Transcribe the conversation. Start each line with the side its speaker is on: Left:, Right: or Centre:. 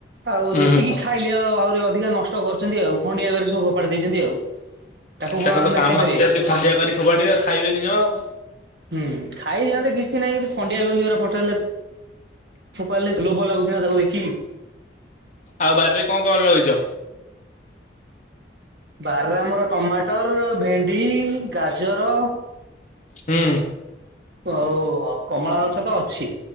Right: ଆଉ
Left: ହୁଁ
Right: ଯେତିକି
Left: ହୁଁ
Right: ଖାଇଲେ ଆ ଆହୁରି ଅଧିକା ନଷ୍ଟ କରିଛନ୍ତି ଆଉ ଖଣ୍ଡିଆ କରି ସବୁ ଫୋପାଡି ଦେଇଛନ୍ତି ଆଉ। ତାକୁ
Left: ତାଙ୍କର
Right: କଣ ଆମେ
Left: ତ କାମ
Right: ଖାଇପାରିବା
Left: ସେୟା
Right: କି?
Left: ସିଏ ଖଣ୍ଡିଆ କରି ଫୋପାଡିବେ ଖାଇବେନିି ଜମା ଆଉ।
Right: ହୁଁ ଖାଇ ଦିଅନ୍ତେ କିଛି ନାହିଁ କିନ୍ତୁ ଖଣ୍ଡିଆ କରୀକି ଯୋଉ ଗୁରା ଫଟେଇଲେ ଫୋପାଡ଼ିଲେ ଲୋଭ ଲାଗୁଛି ନା ତାକୁ ଦେଖିକି।
Left: ଆଉ ବାରିରେ କଣ କଣ ଲଗେଇଚ?
Right: ବାରରେ ଆମର ଟମାଟର, ଭେଣ୍ଡି, ଗାଜର
Left: ହୁଁ।
Right: ଆଉ କମଳା ଗଛ ତ ଅଛି